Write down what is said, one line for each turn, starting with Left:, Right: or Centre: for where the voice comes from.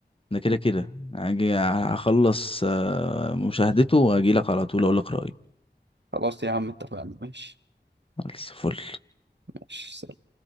Left: ده كده كده هاجي هخلص آه، مشاهدته واجيلك على طول اقولك رأيي
Right: خلاص يا عم اتفقنا ماشي
Left: خلاص، فل
Right: ماشي